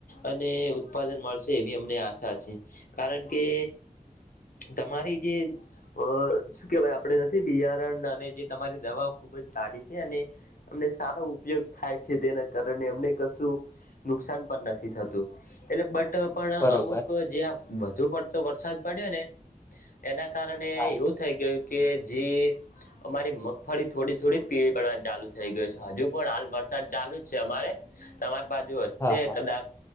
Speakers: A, on the left; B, on the left.
A: અને ઉત્પાદન મળશે, એવી અમને આશા છે. કારણ કે તમારી જે અ શું કેહેવાય? આપણે નથી બિયારણ અને જે તમારી દવાઓ ખૂબ જ સારી છે અને અમને સારો ઉપયોગ થાય છે, તેના કારણે અમને કશું નુકસાન પણ નથી થતું. એટલે બટ પણ
B: બરોબર
A: અમુક જ્યાં વધુ પડતો વરસાદ પડ્યોને, એના કારણે
B: હા
A: થઈ ગયું, કે જે અમારી મગફળી થોડી થોડી પીળી પડવાની ચાલુ થઈ ગયો છે. હજુ પણ હાલ વરસાદ ચાલુ જ છે. અમારે તમારી બાજુ હશે
B: હા હા
A: કદાક